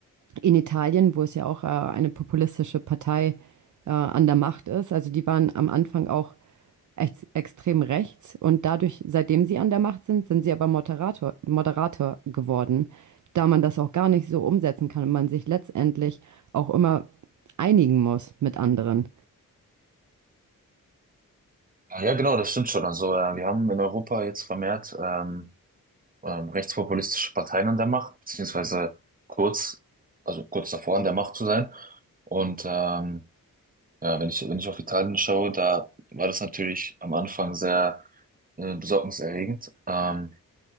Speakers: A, on the right (about 55°); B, on the right (about 25°).
A: in Italien, wo es ja auch äh, eine populistische Partei äh, an der Macht ist. Also die waren am Anfang auch ex extrem rechts und dadurch, seitdem sie an der Macht sind, sind sie aber Moderator, Moderator geworden, da man das auch gar nicht so umsetzen kann und man sich letztendlich auch immer einigen muss mit anderen.
B: ja genau, das stimmt schon. Also äh, wir haben in Europa jetzt vermehrt ähm, ähm, rechtspopulistische Parteien an der Macht, beziehungsweise kurz, also kurz davor an der Macht zu sein. Und ähm, ja, wenn ich, wenn ich auf Italien schaue, da war das natürlich am Anfang sehr äh, besorgniserregend. Ähm,